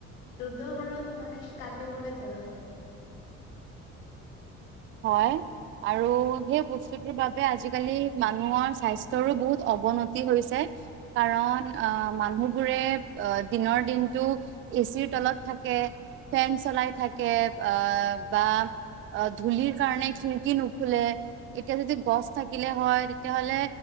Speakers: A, on the left; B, on the right.
A: দ্ৰুত হাৰত মানে, কাটিবলৈ ধৰিছে।
B: হয়। আৰু সেই, বস্তুটোৰ বাবে আজিকালি মানুহৰ স্বাস্থ্যৰো বহুত অৱনতি হৈছে। কাৰণ, অ'! মানুহবোৰে অ'! দিনৰ দিনতটো এ চিৰ তলত থাকে। ফেন চলাই থাকে। অ'! বা অ'! ধূলিৰ কাৰণে খিৰিকী নুখুলে। এতিয়া যদি গছ থাকিলে হয়, তেতিয়াহ'লে